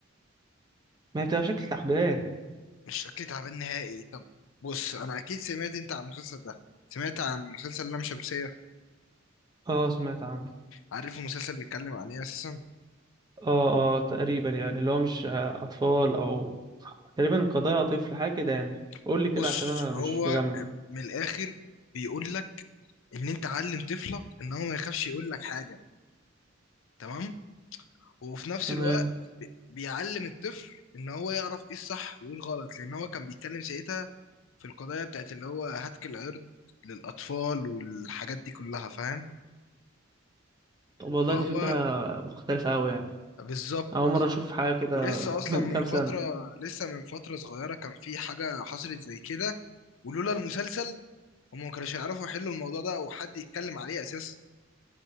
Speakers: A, on the right; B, on the left.
A: ما هي بتبقى بشكل تعبان
B: مش شكلي تعبان نهائي طب بص انا اكيد سمعت انت عن المسلسل ده سمعت عن مسلسل لام شمسية
A: اه سمعت عنه
B: عارف المسلسل بيتكلم عن ايه اساسا
A: اه اه تقريبا يعني اللي هو مش اطفال او تقريبا قضايا طفل حاجه كده يعني
B: <clears throat>
A: قول لي كده
B: بص
A: عشان انا
B: هو
A: مش مجمع
B: من الاخر بيقول لك ان انت علم طفلك ان هو ما يخافش يقول لك حاجه تمام وفي نفس
A: تمام
B: الوقت بي- بيعلم الطفل ان هو يعرف ايه الصح وايه الغلط لان هو كان بيتكلم ساعتها في القضايا بتاعت اللي هو هتك العرض للاطفال والحاجات دي كلها فاهم
A: طب والله
B: فهو
A: دي فكره مختلفه قوي يعني
B: بالظبط
A: اول مره اشوف حاجه كده
B: ولسه
A: <laughs>
B: اصلا
A: من
B: من
A: كام
B: فتره
A: سنه
B: لسه من فتره صغيره كان في حاجه حصلت زي كده ولولا المسلسل هم ما كانوش يعرفوا يحلوا الموضوع ده او حد يتكلم عليه اساسا